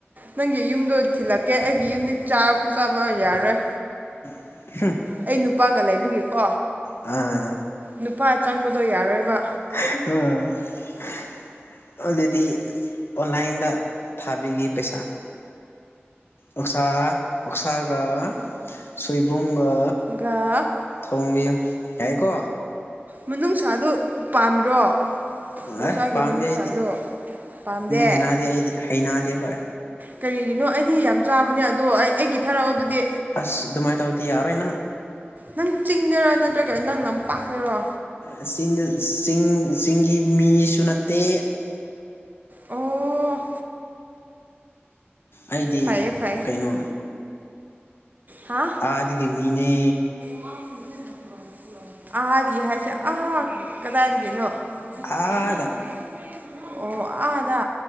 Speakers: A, on the right; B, on the left.
A: ꯅꯪꯒꯤ ꯌꯨꯝꯗꯣ ꯊꯤꯜꯂꯛꯀꯦ ꯑꯩꯒꯤ ꯌꯨꯝꯗꯤ ꯆꯥ ꯆꯥꯕ ꯌꯥꯔꯣꯏ
B: <unintelligible>
A: ꯑꯩ ꯅꯨꯄꯥꯒ ꯂꯩꯕꯒꯤꯀꯣ
B: ꯑꯥ
A: ꯅꯨꯄꯥ ꯆꯪꯕꯗꯣ ꯌꯥꯔꯣꯏꯕ
B: <unintelligible> ꯑꯗꯨꯗꯤ ꯑꯣꯟꯂꯥꯏꯟꯗ ꯊꯥꯕꯤꯒꯤ ꯄꯩꯁꯥ ꯑꯣꯛꯁꯥ ꯑꯣꯛꯁꯥꯒ ꯁꯣꯏꯕꯨꯝꯒ
A: ꯒ
B: ꯊꯣꯡꯕꯤꯌꯨ ꯌꯥꯏꯀꯣ
A: ꯃꯅꯨꯡꯁꯥꯗ‌ꯣ ꯄꯥꯝꯃꯤꯔꯣ ꯑꯣꯛꯁꯥꯒꯤ
B: ꯑꯦ ꯄꯥꯝꯗꯦ
A: ꯃꯅꯨꯡꯁꯥꯗꯣ
B: ꯑꯩꯗꯤ
A: ꯄꯥꯝꯗꯦ
B: ꯍꯩꯅꯗꯦ ꯑꯩꯗꯤ ꯍꯩꯅꯗꯦ ꯍꯣꯏ
A: ꯀꯔꯤꯒꯤꯅꯣ ꯑꯩꯗꯤ ꯌꯥꯝ ꯆꯥꯕꯅꯦ ꯑꯗꯣ ꯑꯩ ꯑꯩꯒꯤ ꯊꯥꯔꯛꯑꯣ ꯑꯗꯨꯗꯤ
B: ꯑꯁ ꯑꯗꯨꯃꯥꯏꯟ ꯇꯧꯔꯗꯤ ꯌꯥꯔꯔꯣꯏ ꯅꯪ
A: ꯅꯪ ꯆꯤꯡꯗꯔꯣ ꯅꯠꯇ꯭ꯔꯒ ꯅꯪ ꯂꯝꯄꯥꯛꯇꯔꯣ
B: ꯑ ꯆꯤꯡꯗ ꯆꯤꯡ ꯆꯤꯡꯒꯤ ꯃꯤꯁꯨ ꯅꯠꯇꯦ
A: ꯑꯣ
B: ꯑꯩꯗꯤ
A: ꯐꯩꯌꯦ ꯐꯩꯌꯦ
B: ꯀꯩꯅꯣ
A: ꯍꯥ
B: ꯑꯥꯗꯒꯤ ꯃꯤꯅꯦ
A: <unintelligible> ꯑꯥꯗꯒꯤ ꯍꯥꯏꯁ‌ꯦ ꯑ ꯀꯗꯥꯏꯗꯒꯤꯅꯣ
B: ꯑꯥꯗ
A: <unintelligible> ꯑꯣ ꯑꯥꯗ